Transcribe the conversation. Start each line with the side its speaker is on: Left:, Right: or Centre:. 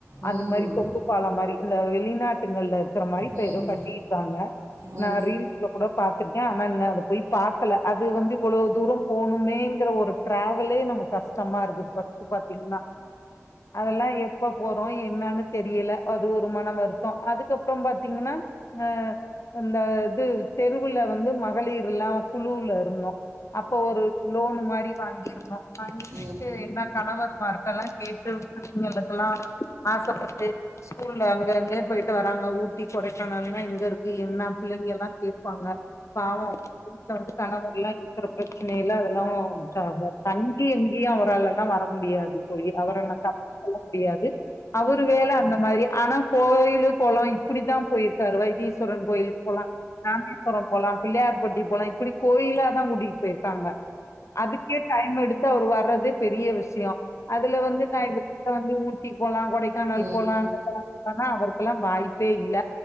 Left: அந்த
Right: ம்
Left: மாரி தொங்கு பால மாரி இந்த வெளிநாட்டுகள்ல இருக்கிற மாரி இப்ப
Right: ம் ம்
Left: ஏதோ
Right: ம்
Left: கட்டிருக்காங்க
Right: ம் ம் ம் ம் ம் ம்
Left: நா
Right: ம்
Left: ரீல்ஸ்ல கூட பாத்துருக்க ஆனா இன்னோ அத போய் பாக்கல அது வந்து இவ்ளோ தூர போனுமேங்கற ஒரு டிராவலே நமக் கஷ்டமா இருக்கு ஃபர்ஸ்ட் பாத்தீங்கன்னா அதெல்லா எப்ப போறோ என்னன்னு தெரியல அது ஒரு மன வருத்தோ அதுக்கப்பற பாத்தீங்கன்னா அ அந்த இது தெருவுல வந்து மகளிர் எல்லா குழுல இருந்தோ அப்ப ஒரு லோன் மாரி வாங்கிருந்தோ வாங்கிட்டு
Right: ம்
Left: என்ன கணவர் மார்ட்ட எல்லா கேட்டு பிள்ளைகளுக்குல்லா ஆசப்பட்டு ஸ்கூல்ல அங்கங்க போயிட்டு வர ஊட்டி கொடைக்கானல்னா எங்க இருக்கு என்ன பிள்ளைங்க எல்லா கேபாங்க பாவ வந்து கணவர் எல்லா இருக்கிறப்ப பிரச்சன இல்ல அதெல்லா <unintelligible> தங்கி எங்கியு அவராள வர முடியாது தோழி அவர நா தப்பு சொல்ல முடியாது அவரு வேல அந்த மாதிரி ஆனா கோயிலு குள இப்டித்தா போயிருக்காரு வைத்தீஸ்வரன் கோயிலு போலா ராமேஸ்வரம் போலா பிள்ளையார்பட்டி போலா இப்டி கோயில தா கூட்டிகிட்டு போயிருக்காங்க அதுக்கே டைம் எடுத்து அவர் வர்றது பெரிய விஷய அதுல வந்து நா இதுல வந்து ஊட்டி போலா கொடைக் கானல்
Right: ம்
Left: போலா அவருக்கெல்லா வாய்ப்பே இல்ல